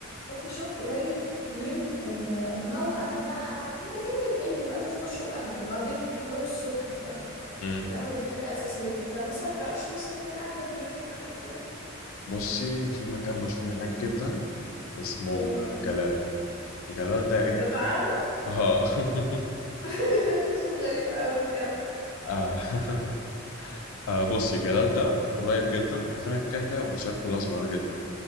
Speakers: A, on the left (about 50°); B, on the left (about 90°).
A: كوفي شوب قريب من ال- الموقف بقى انت فاهم الدنيا بقى لازم اشرب قهوه وبعدين انا بحب اروح الصبح فالقهوه
B: مم.
A: دي حاجه اساسيه فمثلا ما تعرفش مثلا كان قهوه هناك او حاجه كده
B: بصي في مكان مشهور هناك جدا اسمه
A: امم
B: آه، جلال جلال ده ايه
A: ده بتاع قهوه
B: اه <laughs>
A: <laughs> اسمه غريب قوي بجد
B: آه. <laughs> آه بصي جلال ده قريب جدا عارفين الكعكة بورسعيد كلها صغيرة جدا